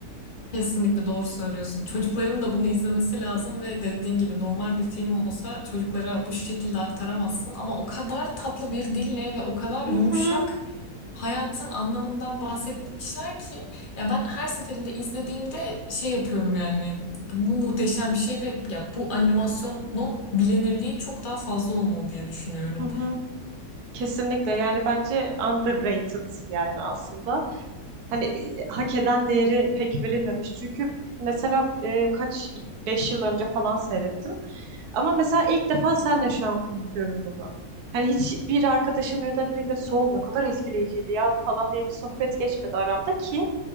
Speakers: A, on the left; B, on the right.
A: Kesinlikle doğru söylüyorsun. Çocukların da bunu izlemesi lazım ve dediğin gibi normal bir film olsa çocuklara bu şekilde aktaramazsın ama o kadar tatlı bir dille ve o kadar
B: Hı
A: yumuşak
B: hı.
A: hayatın anlamından bahsetmişler ki ya ben her seferinde izlediğimde şey yapıyorum yani bu muhteşem bir şey ve ya bu animasyonun bilinirliği çok daha fazla olmalı diye düşünüyorum.
B: Hı hı. Kesinlikle yani bence underrated yani aslında hani e, hak eden değeri pek verilmemiş çünkü mesela e, kaç 5 yıl önce falan seyrettim ama mesela ilk defa senle şu an konuşuyorum bunu hani hiç bir arkadaşımla ya da biriyle sol ne kadar etkileyiciydi ya falan diye bir sohbet geçmedi aramda ki